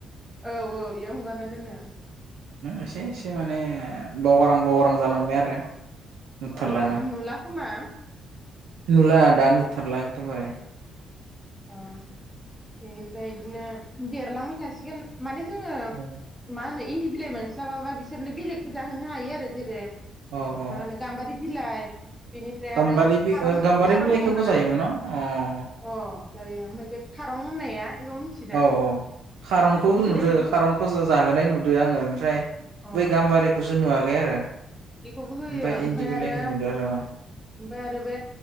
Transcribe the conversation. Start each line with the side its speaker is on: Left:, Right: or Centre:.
Centre: औ औ बेयाव हंगारना दोनो
Right: एसे एसे माने बावगारां बावगारां जालांबाय आरो नुथारलाना
Centre: अ नुला खोमा
Right: नुला दा नुथारला एगदम बारे
Centre: ओ बेनिफ्राय बिदिनो देरलांबाय थासिगोन माने जोङो
Right: औ
Centre: मा होनो इन्दि बिलाइ मोनस्लाबाबा बिसोरनो बेलेगबो जाहोनो हायो आरो जेरै
Right: औ औ
Centre: मा होनो गामबारि बिलाय बेनिफ्राय
Right: गाम्बारि
Centre: आरो
Right: बि
Centre: खारं
Right: ओ गाम्बारि
Centre: खारं
Right: बिलाइखौबो
Centre: दंना
Right: जायोमोन न अ आदसा
Centre: अ जायो ओमफ्राय बे खारं होननाया <unintelligible>
Right: औ औ खारंखौ
Centre: बेनि बिलाइखौबो
Right: नुदो खारंखौ ज जाहोनाय नुदों आङो ओमफ्राय
Centre: अ
Right: बै गाम्बारिखौसो नुवाखै दे आरो
Centre: बेखौबो होयो
Right: ओमफ्राय
Centre: ओमफाय
Right: इन्दि बिलाइखौ
Centre: आरो ओमफाय
Right: नुदो आरो
Centre: आरो बे